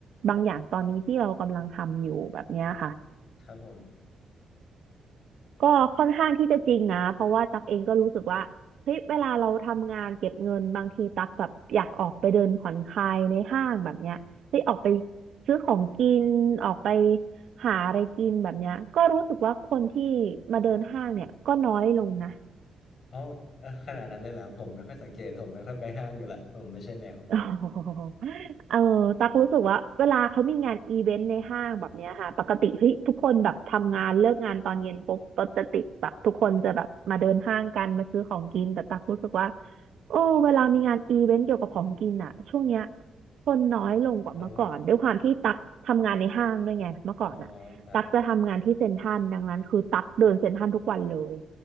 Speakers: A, on the right; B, on the left.
A: บางอย่างตอนนี้ที่เรากำลังทำอยู่แบบเนี้ยค่ะ
B: ครับผม
A: ก็ค่อนข้างที่จะจริงนะเพราะว่าตักเองก็รู้สึกว่าเฮ้ยเวลาเราทำงานเก็บเงินบางทีตักแบบอยากออกไปเดินผ่อนคลายในห้างแบบเนี้ยเฮ้ยออกไปซื้อของกินออกไปหาอะไรกินแบบเนี้ยก็รู้สึกว่าคนที่มาเดินห้างเนี่ยก็น้อยลงนะ
B: เอ้าเอ้อขนาดนั้นเลยเหรอผมไม่ค่อยสังเกตผมไม่ค่อยไปห้างอยู่ละผมไม่ใช่แนว
A: <laughs> โอ้โหเออตักรู้สึกว่าเวลาเขามีงานอีเวนต์ในห้างแบบเนี้ยค่ะปกติเฮ้ยทุกคนแบบทำงานเลิกงานตอนเย็นปุ๊บรถจะติดแบบทุกคนจะแบบมาเดินห้างกันมาซื้อของกินแต่ตักรู้สึกว่าโอ้เวลามีงานอีเวนต์เกี่ยวกับของกินอ่ะช่วงเนี้ยคนน้อยลงกว่าเมื่อก่อนด้วยความที่ตักทำงานในห้างด้วยไงเมื่อก่อนอ่ะตักจะทำงานที่เซ็นทรัลดังนั้นคือตักเดินเซ็นทรัลทุกวันเลย
B: ครับผมอ๋อครับ